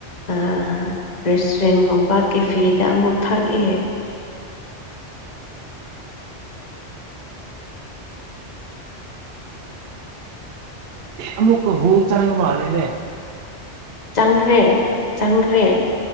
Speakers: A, on the left (about 40°); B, on the right (about 60°).
A: ꯑꯥ ꯔꯦꯁꯇꯨꯔꯦꯟꯒꯨꯝꯕ ꯀꯦꯐꯦꯗ ꯑꯃꯨꯛ ꯊꯛꯑꯦ
B: ꯑꯃꯨꯛꯒꯨꯜ ꯆꯪ ꯃꯥꯂꯤꯅꯦ
A: ꯆꯪꯈ꯭ꯔꯦ ꯆꯪꯈ꯭ꯔꯦ